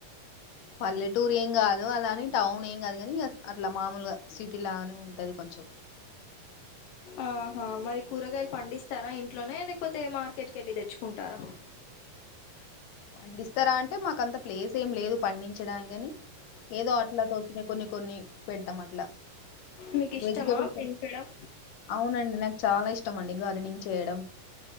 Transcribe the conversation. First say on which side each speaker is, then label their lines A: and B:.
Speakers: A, on the left; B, on the left.
A: పల్లెటూరు ఏం కాదు అలాని టౌన్ ఏం కాదు కాని అట్లా మామూలుగా సిటీ లాగానే ఉంటది కొంచెం
B: ఆహా మరి కూరగాయలు పండిస్తారా ఇంట్లోనే లేకపోతే మార్కెట్కి వెళ్ళి తెచ్చుకుంటారా
A: పండిస్తారా అంటే మాక అంత ప్లేస్ ఏం లేదు పండించడానికని ఏదో అట్లా తోచ్చినయి కొన్ని కొన్ని పెడతాం అట్లా
B: మీకు ఇష్టమా
A: వెజిటబుల్స్
B: పెంచడం
A: అవునండి నాకు చాలా ఇష్టం ఇష్టంమండి గార్డెనింగ్ చేయడం